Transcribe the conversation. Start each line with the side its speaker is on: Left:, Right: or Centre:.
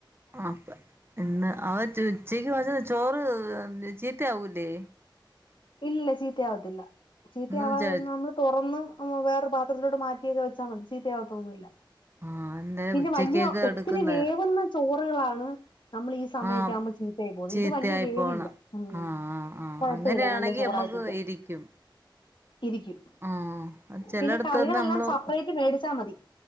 Right: അപ്പ ഇന്ന് അവ ഉച്ചക്ക് വച്ച ചോറ് എന്നാ ചീത്തയാവൂലെ
Left: ഇല്ലല്ല ചീത്തയാവത്തില്ല ചീത്തയാവാ
Right: ഇന്ന്
Left: നമ്മൾ തുറന്ന് വേറെ പാത്രത്തിലോട്ട് മാറ്റിയൊക്കെ വെച്ചാൽ മതി ചീത്തയാകത്തൊന്നുമില്ല
Right: ആഹ് എന്തായാലും
Left: പിന്നെ
Right: ഉച്ചക്കേക്ക്
Left: വലിയ ഒത്തിരി
Right: എടുക്കുന്ന
Left: വേവുന്ന ചോറുകളാണ് നമ്മൾ ഈ സമയൊക്കെ
Right: ആഹ്
Left: ആവുമ്പോ ചീത്തായി പോകുന്നു
Right: ചീത്തയായി
Left: ഇത് വലിയ വേവില്ല
Right: പോണം
Left: ഉം
Right: ആഹ് ആഹ് ആഹ്
Left: കൊഴപ്പമില്ല
Right: അങ്ങനെയാണെങ്കി
Left: നല്ല ചോറാക്കിക്ക
Right: നമ്മക്ക് ഇരിക്കും
Left: ഇരിക്കും
Right: ആഹ് ചെലയിടത്തൊന്നും
Left: പിന്നെ കറികളെല്ലാം
Right: നമ്മള്
Left: സപ്രറ്റ് മേടിച്ചാ മതി